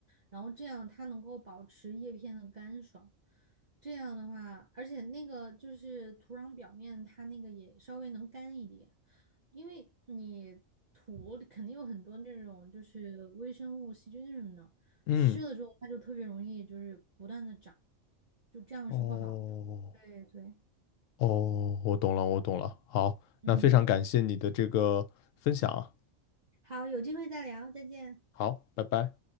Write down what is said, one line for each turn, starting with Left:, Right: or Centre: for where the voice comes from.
Right: 然后这样它能够保持叶片的干爽。这样的话，而且那个就是土壤表面，它那个也稍微能干一点，因为你土里肯定有很多那种就是微生物、细菌什么的，
Left: 嗯，
Right: 湿了之后它就特别容易就是不断的长，就这样是不好的。
Left: 哦
Right: 对对，
Left: 哦，我懂了，我懂了。好，
Right: 嗯，
Left: 那非常感谢你的这个分享啊。
Right: 好，好，有机会再聊，再见。
Left: 好，拜拜。